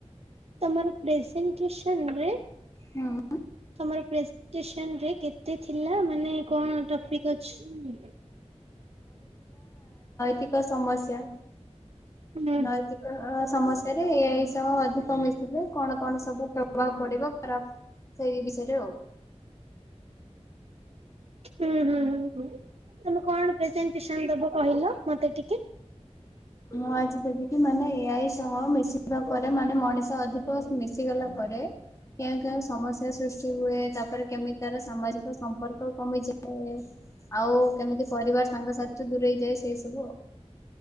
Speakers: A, on the right; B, on the left.
A: ତମର ପ୍ରେଜେଣ୍ଟଟେସନ ରେ
B: ହୁଁ।
A: ତମର ପ୍ରେଜେଣ୍ଟଟେସନ ରେ କେ କେତେ ଥିଲା ମାନେ କଣ ଟପିକ ଅଛି?
B: ଏତିକ ସମସ୍ୟା
A: ହୁଁ
B: ନଈ କି ଅ ଅ ସମସ୍ୟାରେ ଏଇସବୁ ଅଧିକ ମିଶିଲେ କଣ କଣ ସବୁ ପ୍ରଭାବ ପଡିବ ଖରାପ। ସେଇ ବିଷୟରେ ଆଉ।
A: ହୁଁ ହୁଁ ହୁଁ ହୁଁ ତମେ କଣ ପ୍ରେଜେଣ୍ଟେଟେସନ ଦବ କହିଲ ମତେ ଟିକେ?
B: ମୁଁ ଆଜି ଦେବିକି ମାନେ ଏଇ ସହ ମିଶିବା ପରେ ମାନେ ମଣିଷ ଅଧିକ ମିଶିଗଲା ପରେ କେଉଁ କେଉଁ ସମସ୍ୟା ସୃଷ୍ଟି ହୁଏ ତାପରେ କେମିତି ତାର ସାମାଜିକ ସମ୍ପର୍କ କମିଯାଏ। ଆଉ କେମିତି ପରିବାର ସାଙ୍ଗଶାଥି ଠୁ ଦୂରେଇଯାଏ ସେଇ ସବୁ ଆଉ।